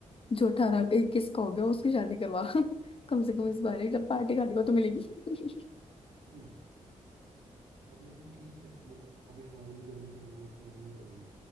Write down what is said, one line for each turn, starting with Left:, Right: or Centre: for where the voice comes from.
Left: जो अठारह इक्कीस का हो गया उसकी शादी करवा <laughs> कम से कम इस बार ही पार्टी खाने को तो मिलेगी
Right: हम्म अब लेकिन ठीक है मतलब अभी हमारी जो जनरेशन है वो इतना वो नहीं करेगी